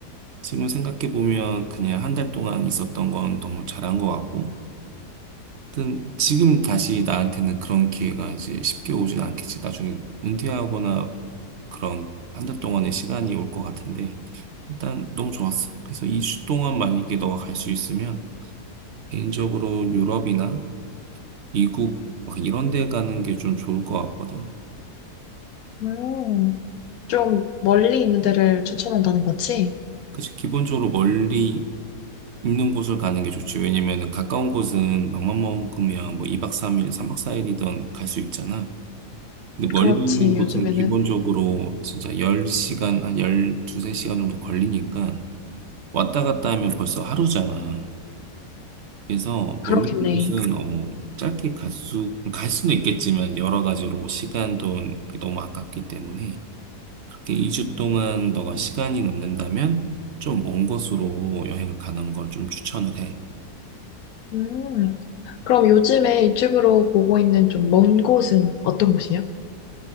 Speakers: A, on the right; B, on the left.
A: 지금 생각해 보면 그냥 한 달 동안 있었던 건 너무 잘한 것 같고 하여튼 지금 다시 나한테는 그런 기회가 이제 쉽게 오지 않겠지. 나중에 은퇴하거나 그런 한 달 동안의 시간이 올 것 같은데 일단 너무 좋았어. 그래서 이 주 동안 만약에 너가 갈 수 있으면 개인적으로 유럽이나 미국 막 이런 데 가는 게 좀 좋을 것 같거든.
B: 음, 좀 멀리 있는 데를 추천한다는 거지?
A: 그치? 기본적으로 멀리 있는 곳을 가는 게 좋지. 왜냐면은 가까운 곳은 맘만 먹으면 뭐 2박 3일, 3박 4일이든 갈 수 있잖아. 근데 멀리
B: 그렇지,
A: 있는 곳은
B: 요즘에는.
A: 기본적으로 진짜 10시간, 한 12, 3시간 정도 걸리니까 왔다 갔다 하면 벌써 하루잖아. 그래서
B: 그렇겠네.
A: 멀리 있는 곳은 어, 짧게 갈 수, 갈 수는 있겠지만 여러 가지로 시간, 돈 이게 너무 아깝기 때문에 그렇게 2주 동안 너가 시간이 남는다면 좀 먼 곳으로 여행을 가는 걸 좀 추천을 해.
B: 음, 그럼 요즘에 유튜브로 보고 있는 좀 먼 곳은 어떤 곳이야?